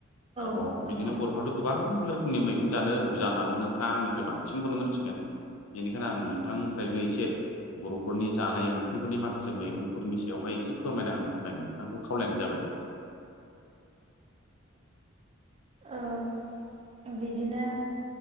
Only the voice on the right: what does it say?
औ नंगौ औ नंगौ
ओ बिदिनो